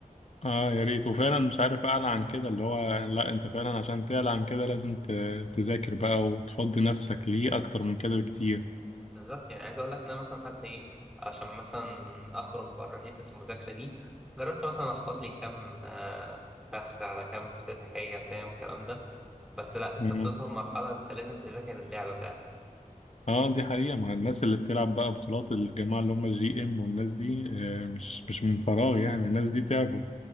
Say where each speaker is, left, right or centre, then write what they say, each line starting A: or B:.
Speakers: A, on the left (about 50°); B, in the centre.
A: اه يا ريت وفعلا مش عارف اعلى عن كده اللي هو لا انت فعلا عشان تعلى عن كده لازم ت- تذاكر بقى وتفضي نفسك ليه اكتر من كده بكتير
B: بالظبط يعني عايز اقول لك ان انا مثلا حتى ايه عشان مثلا اخرج بره حته المذاكره دي جربت مثلا احفظ لي كام آه، فخ على كام افتتاحيه فاهم الكلام ده بس لا انت
A: مم.
B: بتوصل مرحله انت لازم تذاكر اللعبه فعلا
A: اه دي حقيقة مع الناس اللي بتلعب بقى بطولات الجماعة اللي هم جي ام والناس دي آه مش مش من فراغ يعني الناس دي تعبوا